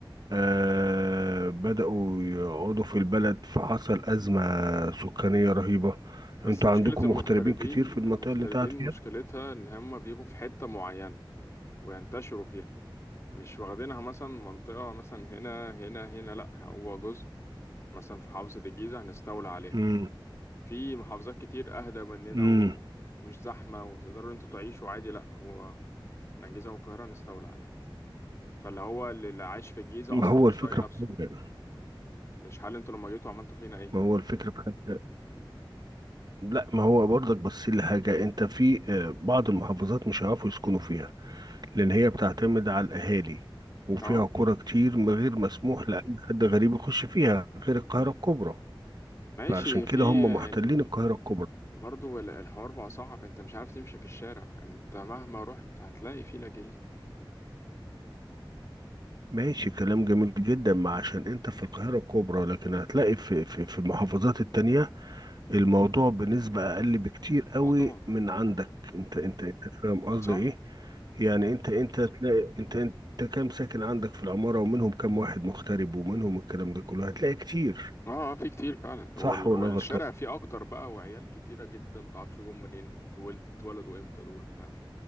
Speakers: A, on the right; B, on the left.
A: آه بدأوا يقعدوا في البلد فحصل أزمة سكانية رهيبة انتوا
B: بس مشكلة
A: عندكم
B: المغتربين
A: مغتربين كتير في
B: المغتربين
A: المنطقة اللي انت قاعد فيها؟
B: مشكلتها إن هما بيجوا في حتة معينة وينتشروا فيها مش واخدينها مثلا منطقة مثلا هنا هنا هنا لأ هو جزء مثلا في محافظة الجيزة هنستولى عليها
A: امم
B: في محافظات كتير أهدى مننا
A: امم
B: ومش زحمة وتقدروا انتوا تعيشوا عادي لأ هو احنا الجيزة والقاهرة هنستولى عليها فاللي هو اللي اللي عايش في الجيزة
A: ما
B: أصلا
A: هو
B: مش
A: الفكرة
B: طايق نفسه
A: في حاجة
B: مش حال انتوا لما جيتوا عملتوا فينا ايه
A: ما هو الفكرة في حاجة لا ما هو برضك بس اللي حاجة انت في آه، بعض المحافظات مش هيعرفوا يسكنوا فيها لأن هي بتعتمد على الأهالي وفيها
B: اهو
A: قرى كتير من غير مسموح لأي حد غريب يخش فيها غير القاهرة الكبرى
B: ماشي
A: فعشان كده
B: في
A: هم محتلين
B: يعني
A: القاهرة الكبرى
B: برضه ال- الحوار بقى صعب انت مش عارف تمشي في الشارع انت مهما رحت هتلاقي فيه لاجئين
A: ماشي كلام جميل جدا ما عشان انت في القاهرة الكبرى لكن هتلاقي في في في المحافظات التانية الموضوع بنسبة أقل بكتير قوي
B: اه طبعا
A: من عندك انت انت انت فاهم قصدي
B: صح
A: ايه يعني انت انت هتلاقي انت انت كام ساكن عندك في العمارة ومنهم كام واحد مغترب ومنهم الكلام ده كله هتلاقي كتير
B: اه في كتير فعلا وال-
A: صح ولا
B: والشارع
A: أنا غلطان
B: فيه اكتر بقى وعيال كتيرة جدا متعرفش جم منين دول اتولدوا امتى دول فاهم